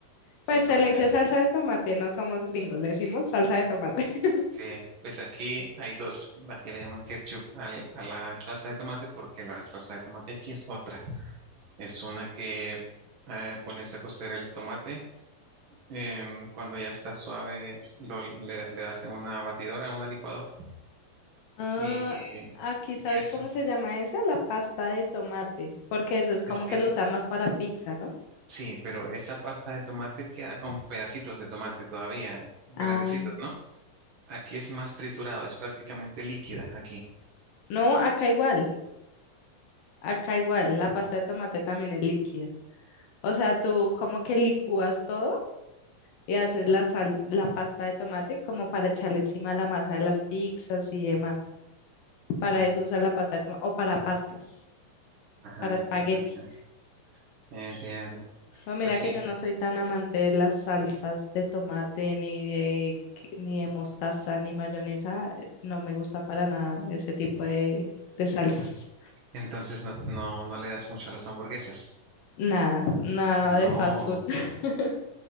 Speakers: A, on the right; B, on the left.
A: Sí,
B: pues se
A: ok.
B: le dice salsa de tomate, no somos gringos, le decimos salsa de tomate. <laughs>
A: Sí, pues aquí hay dos. Aquí le llaman ketchup al- a la salsa de tomate porque la salsa de tomate aquí es otra. Es una que eh, pones a cocer el tomate. em, cuando ya está suave, lo, le, le das en una batidora, en una licuadora.
B: Ah,
A: Y,
B: aquí, ¿sabes
A: y eso,
B: cómo se llama esa? La pasta de tomate, porque eso es
A: es
B: como
A: que
B: que lo usan más para pizza, ¿no?
A: sí, pero esa pasta de tomate queda con pedacitos de tomate todavía, grandecitos,
B: Ah,
A: ¿no? Aquí es más triturado, es prácticamente líquida aquí.
B: No, acá igual, acá igual, la pasta de tomate también es líquida. O sea, tú como que licúas todo y haces la sal, la pasta de tomate como para echarle encima la masa de las pizzas y demás. Para
A: Mm,
B: eso usas la pasta de tomate o para pastas,
A: ajá,
B: para
A: entiendo,
B: espagueti.
A: entiendo. Entiendo.
B: Pues mira
A: Pues sí.
B: que yo no soy tan amante de las salsas de tomate, ni de, que- ni de mostaza, ni mayonesa. eh, No me gusta para nada ese tipo de, de salsas.
A: Entonces no, no, no le das mucho a las hamburguesas.
B: Nada, nada
A: No,
B: de fast food. <laughs>